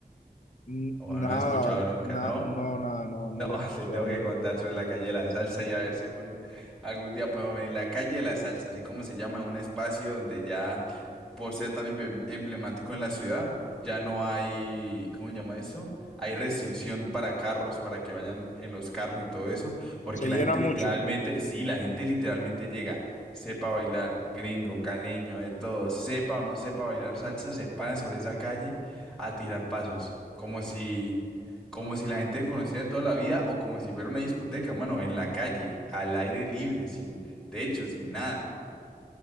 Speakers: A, on the left; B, in the centre.
A: N-
B: ¿O
A: Nada,
B: no has escuchado nunca,
A: na-
B: no?
A: no, nada, no, no
B: No,
A: la he escuchado,
B: <laughs> te tengo
A: no
B: que
A: la
B: contar
A: he-
B: sobre la calle de la salsa y a ver si algún, algún día podemos venir. La calle de la salsa, así como se llama, un espacio donde ya, por ser tan emblem- emblemático en la ciudad, ya no hay, ¿cómo se llama eso? Hay restricción para carros, para que vayan en los carros y todo eso, porque
A: Se llena
B: la gente
A: mucho,
B: literalmente, sí, la gente literalmente llega, sepa bailar, gringo, caleño, de todo, sepa o no sepa bailar salsa, se paran sobre esa calle a tirar pasos, como si como si la gente conociera de toda la vida o como si fuera una discoteca, mano, en la calle, al aire libre, sin techo, sin nada.